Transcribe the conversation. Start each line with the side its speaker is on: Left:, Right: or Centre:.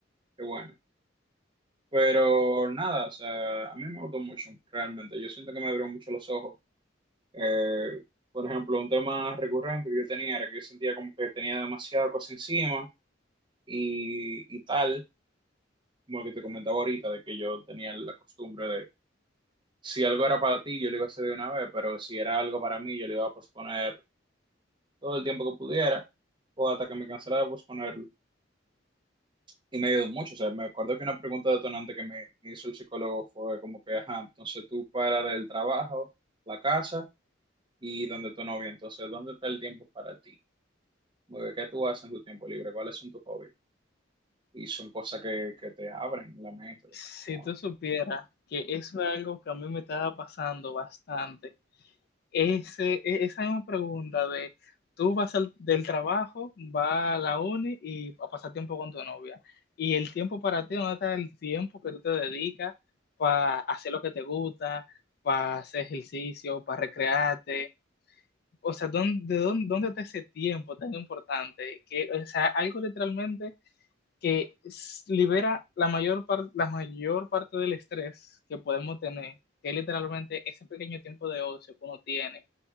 Right: que bueno. Pero nada, o sea, a mí me gustó mucho, realmente. Yo siento que me abrió mucho los ojos Eh, por ejemplo, un tema recurrente que yo tenía era que yo sentía como que tenía demasiada cosa encima y, y tal, como lo que te comentaba ahorita, de que yo tenía la costumbre de, si algo era para ti, yo lo iba a hacer de una vez, pero si era algo para mí, yo lo iba a posponer todo el tiempo que pudiera o hasta que me cansara de posponerlo. Y me ayudó mucho, o sea, me acuerdo que una pregunta detonante que me, me hizo el psicólogo fue como que, ajá, entonces tú para del trabajo, la casa y donde tu novia, entonces, ¿dónde está el tiempo para ti? Como que, ¿Qué tú haces en tu tiempo libre? ¿Cuáles son tus hobbies? Y son cosas que, que te abren la mente, definitivamente.
Left: Si tú supieras que eso es algo que a mí me estaba pasando bastante Ese, e- esa misma pregunta de tú vas al- del trabajo, vas a la uni y a pasar tiempo con tu novia. Y el tiempo para ti, ¿dónde está el tiempo que tú te dedicas para hacer lo que te gusta, para hacer ejercicio, para recrearte? O sea, ¿dónde, de dónde, dónde está ese tiempo tan importante? Que, o sea, algo literalmente que s- libera la mayor, par- la mayor parte del estrés que podemos tener, que es literalmente ese pequeño tiempo de ocio que uno tiene